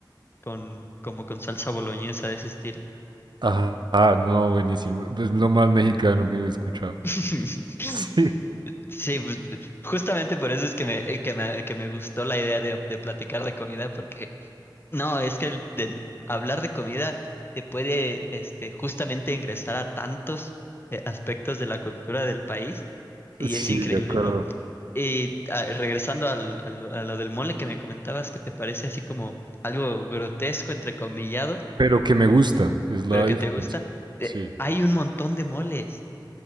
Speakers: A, on the left; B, on the right.
A: con, como con salsa boloñesa de ese estilo.
B: Ajá, no, buenísimo. Es lo más mexicano que he escuchado.
A: <laughs>
B: <laughs> Sí.
A: Sí, pues, justamente por eso es que me, que me, que me gustó la idea de, de platicar de comida, porque No, es que el de hablar de comida te puede este, justamente ingresar a tantos eh, aspectos de la cultura del país y
B: Sí,
A: es increíble,
B: de acuerdo.
A: ¿no? Y ah, regresando al- a lo, a lo del mole que me comentabas, que te parece así como algo grotesco, entrecomillado,
B: Pero que me gusta, es la
A: pero que
B: diferencia.
A: te gusta, eh,
B: Sí.
A: hay un montón de moles.